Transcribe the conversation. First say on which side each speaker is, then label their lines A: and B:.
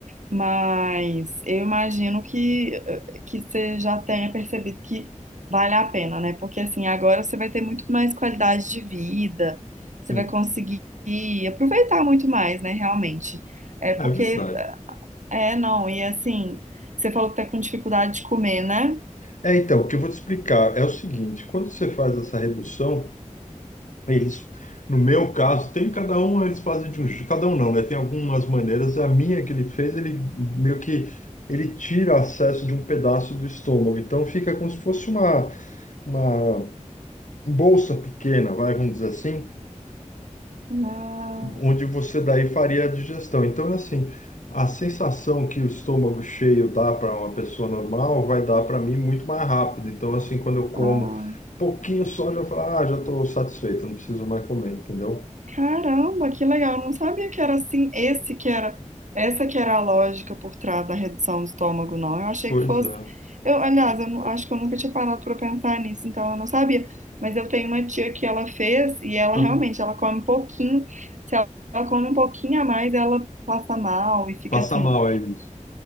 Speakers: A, on the right; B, on the left.
A: Mas eu imagino que, eh, que você já tenha percebido que vale a pena, né? Porque assim, agora você vai ter muito mais qualidade de vida, você
B: Sim.
A: vai conseguir aproveitar muito mais, né? Realmente. É porque,
B: É verdade.
A: é, não, e assim, você falou que tá com dificuldade de comer, né?
B: É, então, o que eu vou te explicar é o seguinte, quando você faz essa redução, Eles, no meu caso, tem cada um, eles fazem de um, je- cada um não, né? Tem algumas maneiras. A minha que ele fez, ele meio que ele tira acesso de um pedaço do estômago. Então fica como se fosse uma, uma bolsa pequena, vai, vamos dizer assim,
A: Ah,
B: onde você daí faria a digestão. Então é assim, a sensação que o estômago cheio dá para uma pessoa normal vai dar para mim muito mais rápido. Então assim, quando eu como
A: ah.
B: pouquinho só, já falo, ah, já estou satisfeito, não preciso mais comer, entendeu?
A: Caramba, que legal. Eu não sabia que era assim, esse que era, essa que era a lógica por trás da redução do estômago, não. Eu achei
B: Pois
A: que fosse.
B: é.
A: Eu, aliás, eu não- acho que eu nunca tinha parado para pensar nisso, então eu não sabia. Mas eu tenho uma tia que ela fez e ela
B: Uhum.
A: realmente, ela come um pouquinho. Se ela, ela come um pouquinho a mais, ela passa mal e fica
B: Passa
A: assim.
B: mal aí, moço.